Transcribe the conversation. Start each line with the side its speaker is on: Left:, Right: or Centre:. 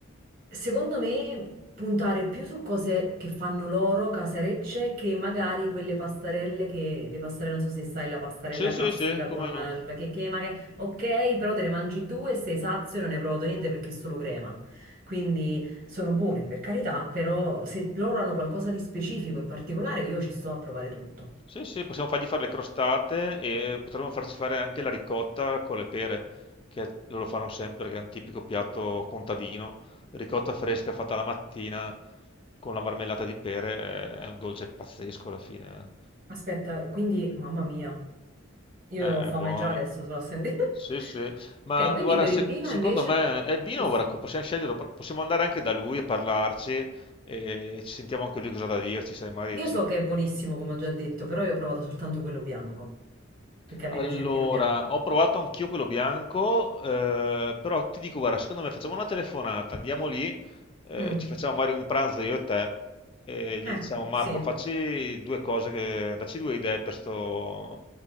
Right: Secondo me puntare più su cose che fanno loro, casarecce, che magari quelle pastarelle che, le pastarelle, non so se sai, la pastarella
Left: Sì, sì,
Right: classica
Left: sì, come
Right: con il
Left: no?
Right: che, che, ma che, ok, però te ne mangi due e sei sazio e non hai provato niente perché è solo crema. Quindi sono buone, per carità, però se loro hanno qualcosa di specifico e particolare, io ci sto a provare tutto.
Left: Sì, sì, possiamo fargli fare le crostate e potremmo farci fare anche la ricotta con le pere, che è- loro fanno sempre, che è un tipico piatto contadino. Ricotta fresca fatta la mattina con la marmellata di pere è, è un dolce pazzesco alla fine.
Right: Aspetta, quindi, mamma mia, io
Left: eh.
Right: ho fame
Left: È, è buono.
Right: già adesso solo a sentire. <laughs>
Left: Sì, sì. Ma
Right: Ok, quindi
Left: guarda,
Right: per
Left: se-
Right: il vino
Left: secondo
Right: invece,
Left: me è il vino,
Right: Rosso.
Left: guarda, possiamo scegliere, possiamo andare anche da lui e parlarci e ci sentiamo anche lui cosa ha da dirci, sai, magari
Right: Io so che è buonissimo, come ho già detto, però io ho provato soltanto quello bianco, perché a
Left: Allora,
Right: me piace il vino bianco.
Left: ho provato anch'io quello bianco, eh, però ti dico, guarda, secondo me facciamo una telefonata, andiamo lì, eh,
Right: Mm,
Left: ci facciamo magari un pranzo io e te, e gli
Right: Eh,
Left: diciamo Marco,
Right: sì.
Left: facci due cose, che, dacci due idee per sto,